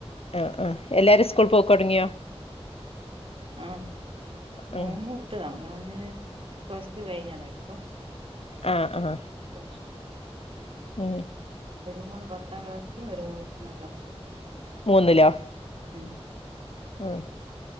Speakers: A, on the left; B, on the right.
A: ആഹ് ആഹാ എല്ലാരും സ്കൂൾ പോക്കൊട്ങ്ങിയൊ?
B: ആ മോൻ
A: ഉം
B: മൂത്തതാ മോന് പ്ലസ് ടു കഴിഞ്ഞതാ ഇപ്പൊ
A: ആഹ് ആഹാ
B: ഇപ്രാശ്യ
A: ഉം
B: ഒര് മോള് പത്താം ക്ലാസിലും ഒരു മോള് മൂന്നാം ക്ലാസ്
A: മൂന്നിലൊ?
B: ഉം
A: ആഹ്